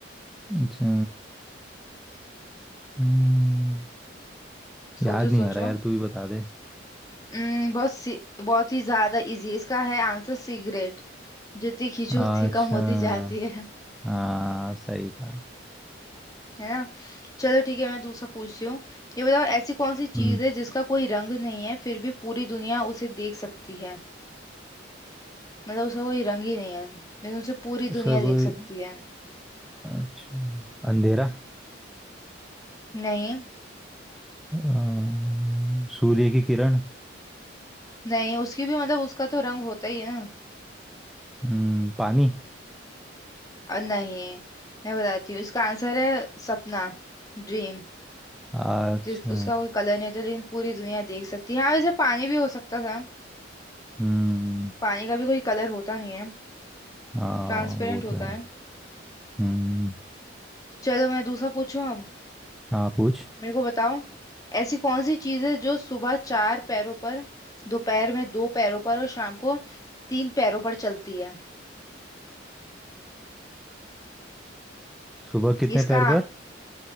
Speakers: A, in the centre; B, on the left.
A: अच्छा हम्म,
B: सोचो
A: याद नहीं
B: सोचो
A: आ रहा यार तू ही बता दे
B: हम्म बहुत सी, बहुत ही ज्यादा इजी इसका है आंसर सिगरेट जितनी खींचो
A: अच्छा
B: उतनी कम होती जाती है
A: हाँ सही कहा
B: है ना चलो ठीक है मैं दूसरा पूछती हूँ ये बताओ ऐसी कौन सी
A: हम्म
B: चीज है जिसका कोई रंग नहीं है फिर भी पूरी दुनिया उसे देख सकती है मतलब उसका कोई रंग ही नहीं है लेकिन उसे पूरी
A: उसका
B: दुनिया देख
A: कोई
B: सकती है
A: अच्छा अंधेरा
B: नहीं
A: अ, सूर्य की किरण
B: नहीं उसकी भी मतलब उसका तो रंग होता ही है ना
A: हम्म पानी
B: अ, नहीं मैं बताती हूँ इसका आंसर है सपना ड्रीम
A: अच्छा
B: जिस उसका कोई कलर नहीं होता लेकिन पूरी दुनिया देख सकती है हाँ वैसे पानी भी हो सकता था
A: हम्म
B: पानी का भी कोई कलर होता नहीं है
A: हाँ
B: ट्रांसपेरेंट
A: वो तो
B: होता
A: है
B: है
A: हम्म
B: चलो मैं दूसरा पूछूं अब
A: हाँ पूछ
B: मेरे को बताओ ऐसी कौन सी चीज है जो सुबह चार पैरों पर दोपहर में दो पैरों पर और शाम को तीन पैरों पर चलती है
A: सुबह कितने
B: इसका
A: पैर पर